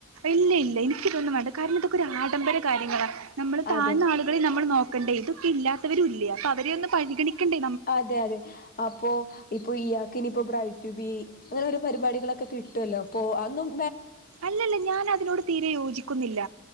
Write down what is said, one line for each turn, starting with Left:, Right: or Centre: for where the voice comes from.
Right: ഇല്ല ഇല്ല എനിക്കിതൊന്നും വേണ്ട കാരണം ഇതൊക്കെ ഒരു ആഡംബര കാര്യങ്ങളാണ് നമ്മൾ താഴ്ന്ന
Left: അതെ
Right: ആളുകളിൽ നമ്മൾ നോക്കേണ്ടെ ഇതും. ഇല്ലാത്തവരും ഇല്ലെ അ അവെരെ യൊന്ന് പരിഗണിക്കേണ്ടെ.
Left: അതെ അതെ അപ്പൊ ഇപ്പൊ ഇയാക്കിനി ഇപ്പോ ബ്രൈറ്റൂ റ്റൂബി അങ്ങനെ ഒരു പരിപാടികളൊക്കെ കിട്ടുമല്ലോ അപ്പോ അന്നും.
Right: അല്ലല്ല ഞാൻ അതിനോട് തീരെ യോജിക്കുന്നില്ല